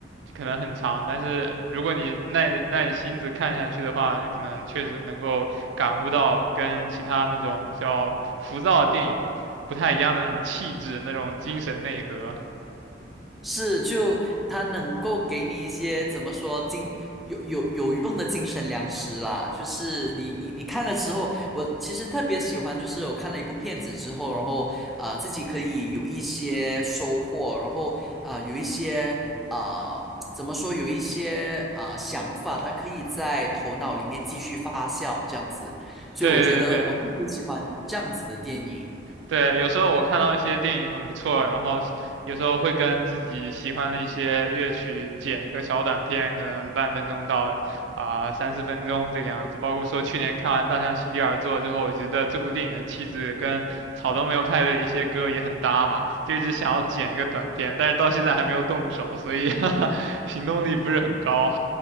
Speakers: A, on the right (about 75°); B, in the centre.
A: 可能很长。但是如果你耐着耐着心子看下去的话，可能确实能够感悟到跟其他那种比较浮躁的电影不太一样的那种气质、那种精神内核。
B: 是，就它能够给你一些怎么说精有有有用的精神粮食啦。就是你你你看了之后，我其实特别喜欢，就是我看了一部片子之后，然后啊、呃自己可以有一些收获，然后啊、呃有一些啊、呃怎么说有一些啊、呃想法，它可以在头脑里面继续发酵这样子。所以我觉得我特别喜欢这样子的电影。
A: 对对对，对，有时候我看到一些电影很不错，然后有时候会跟自己喜欢的一些乐曲剪一个小短片，可能半分钟到啊、三四分钟这个样子。包括说去年看完《大象席地而坐》之后，我觉得这部电影的气质跟草东没有派的一些歌也很搭嘛，就一直想要剪一个短片，但是到现在还没有动手，所以 <laughs> 行动力不是很高。